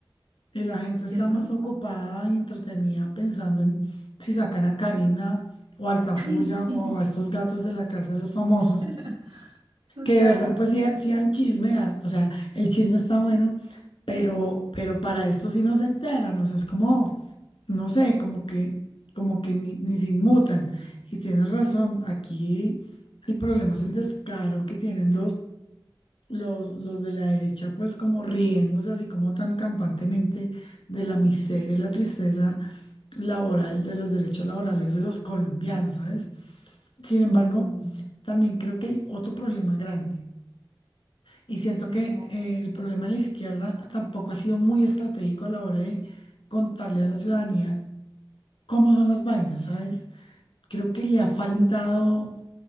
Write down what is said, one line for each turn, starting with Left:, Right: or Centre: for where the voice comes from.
Left: Y la gente
Right: ¿Cierto?
Left: está más ocupada y entretenida pensando en si sacan a Karina o a Altafulla
Right: Ay, sí,
Left: o a estos gatos de la casa de los famosos,
Right: <laughs>
Left: que de
Right: total.
Left: verdad pues sí, sí dan chisme, dan- o sea, el chisme está bueno, pero, pero para esto sí no se enteran, o sea, es como, no sé, como que, como que ni, ni se inmutan. Y tienes razón, aquí el problema es el descaro que tienen Los, los de la derecha, pues como riéndose así como tan campantemente de la miseria y la tristeza laboral de los derechos laborales de los colombianos, ¿sabes? Sin embargo,
Right: Mm,
Left: también creo que hay otro problema grande. Y siento
Right: sí,
Left: que
Right: como,
Left: eh, el problema de la izquierda tampoco ha sido muy estratégico a la hora de contarle a la ciudadanía cómo son las vainas, ¿sabes? Creo que le ha faltado,
Right: sí,